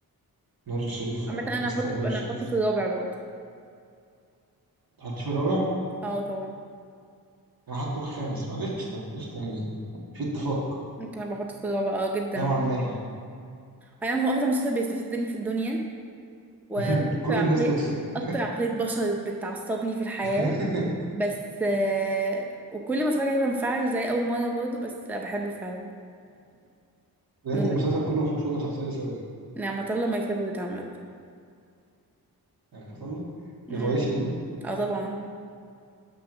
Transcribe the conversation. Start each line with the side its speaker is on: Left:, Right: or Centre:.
Right: نور الشريف
Centre: عامة
Right: آه،
Centre: انا
Right: مستر
Centre: هحطه
Right: نور
Centre: في
Right: الشريف
Centre: انا هحطه في الرابع برضه
Right: تحطيه في الرابع
Centre: اه طبعا
Right: أنا حاطه في الخامس فقشطة قشطة يعني في اتفاق
Centre: ممكن ابقى احطه في الرابع اه جدا
Right: نوعا
Centre: بحبه
Right: ما يعني
Centre: جدا انا هو اكتر مسلسل بيستفزني في الدنيا واكتر
Right: <laughs> كل
Centre: عقلية
Right: الناس توكسيك
Centre: اكتر عقلية بشر بتعصبني في الحياة
Right: <laughs>
Centre: بس آه، وكل ما اتفرج عليه بنفعل زي اول مره برضه بس بحبه فعلا
Right: بجد
Centre: موت
Right: المسلسل كله ما فيهوش ولا شخصية سوية
Centre: نعمة الله ماي فيفورت عامة
Right: يعني ما شاء الله
Centre: أمم.
Right: بغوايشها دي
Centre: اه طبعا